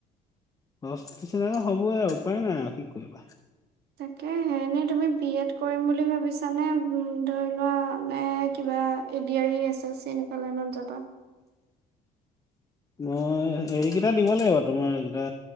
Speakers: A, on the left (about 20°); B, on the right (about 75°).
A: লচ কিছুমান হ'বই আৰু উপায় নাই আৰু কি কৰিবা
B: তাকে হে এনে তুমি বি এড কৰিম বুলি ভাবিছানে ধৰি লোৱা নে কিবা A D R ৰী S S C এনেকুৱা লাইনত যাবা
A: মই হেৰিকেইটা দিব লাগিব তোমাৰ কেইটা